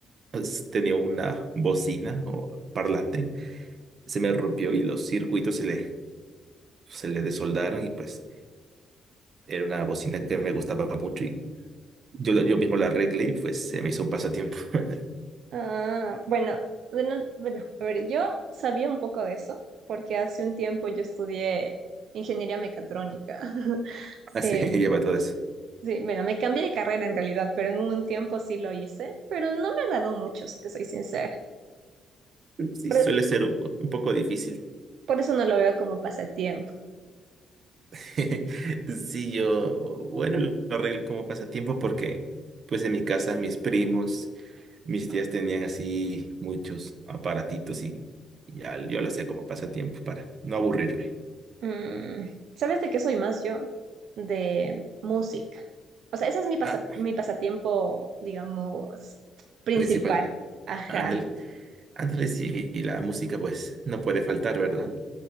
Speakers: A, on the right; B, on the right.
A: pues, tenía una bocina o parlante, se me rompió y los circuitos se le, se le desoldaron y pues era una bocina que me gustaba mucho y yo, la- yo mismo la arreglé y pues se me hizo un pasatiempo. <laughs>
B: Ah, bueno, bueno, bueno, a ver, yo sabía un poco de eso, porque hace un tiempo yo estudié ingeniería mecatrónica. <laughs>
A: Así
B: Em,
A: lleva todo eso.
B: sí, bueno, me cambié de carrera en realidad, pero en un tiempo sí lo hice, pero no me agradó mucho, si te soy sincera.
A: Sí,
B: Por,
A: suele ser un, po- un poco difícil.
B: por eso no lo veo como pasatiempo.
A: <laughs> Sí, yo, bueno, lo arreglé como pasatiempo porque, pues en mi casa, mis primos, mis tías tenían así muchos aparatitos y ya yo lo hacía como pasatiempo para no aburrirme.
B: Mm, ¿sabes de qué soy más yo? De música. O sea, ese es mi pasa-
A: Ah,
B: mi pasatiempo, digamos, principal.
A: principal.
B: Ajá.
A: Ándale, ándale, sí, y la música, pues, no puede faltar, ¿verdad?